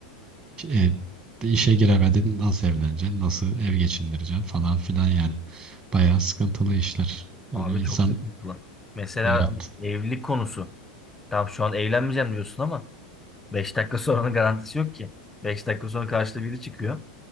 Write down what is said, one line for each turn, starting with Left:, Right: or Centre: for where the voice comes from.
Right: E, işe giremedin nasıl evleneceksin? Nasıl ev geçindireceksin falan filan yani. Bayağı sıkıntılı işler. Böyle
Centre: Abi
Right: insan
Centre: çok sıkıntı lan. Mesela
Right: evet.
Centre: hani evlilik konusu. Tam şu an evlenmeyeceğim diyorsun ama 5 dakika sonranın garantisi yok ki. 5 dakika sonra karşıda biri çıkıyor.